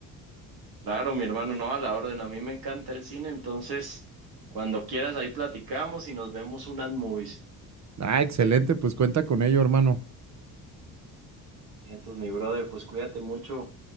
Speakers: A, on the right; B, on the right.
A: Claro, mi hermano, no, a la orden, a mí me encanta el cine, entonces cuando quieras ahí platicamos y nos vemos unas movies.
B: Ah, excelente, pues cuenta con ello, hermano.
A: Bien, entonces, mi brother, pues cuídate mucho.